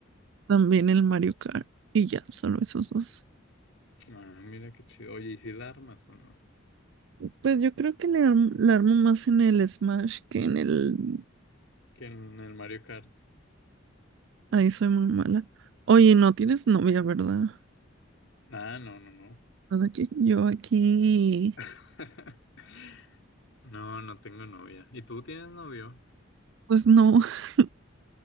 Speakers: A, on the right; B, on the left.
A: también el Mario Kart y ya, solo esos dos.
B: Ah, mira qué chido. Oye, ¿y si la armas o no?
A: Pues yo creo que le, arm- le armo más en el Smash que en el...
B: Que en el Mario Kart.
A: Ahí soy muy mala. Oye, no tienes novia, ¿verdad?
B: Ah, no, no, no.
A: Nada que yo aquí...
B: <laughs> No, no tengo novia. ¿Y tú tienes novio?
A: Pues no, <laughs>